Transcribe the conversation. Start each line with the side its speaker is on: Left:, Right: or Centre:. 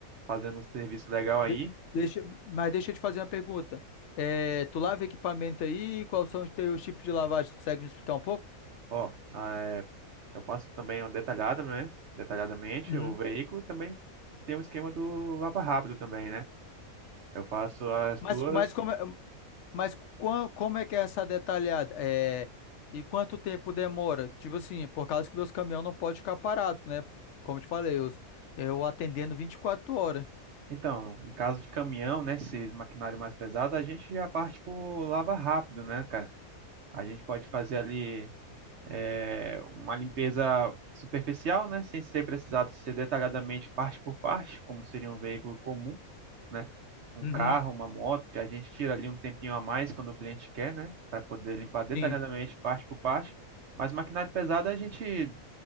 Right: fazendo um serviço legal aí.
Left: De- deixa, mas deixa eu te fazer uma pergunta. É, tu lava equipamento aí? Quais são os teus tipos de lavagem? Tu consegue me explicar um pouco?
Right: Ó, ah, é, eu faço também uma detalhada, né? Detalhadamente
Left: Uhum.
Right: o veículo. e Também tem um esquema do lava rápido também, né? Eu faço as
Left: Mas,
Right: duas
Left: mas, como, é- mas qua- como é que é essa detalhada? É, e quanto tempo demora? Tipo assim, por causa que meus caminhões não podem ficar parados, né? Como eu te falei, eu, eu atendendo vinte e quatro horas.
Right: Então, em caso de caminhão, né, esses maquinário mais pesado, a gente já parte por lava rápido, né, cara? A gente pode fazer ali eh, uma limpeza superficial, né, sem ser precisado ser detalhadamente parte por parte, como seria um veículo comum, né? Um
Left: Uhum.
Right: carro, uma moto, que a gente tira ali um tempinho a mais quando o cliente quer, né, para poder limpar detalhadamente
Left: Sim.
Right: parte por parte. Mas maquinário pesado a gente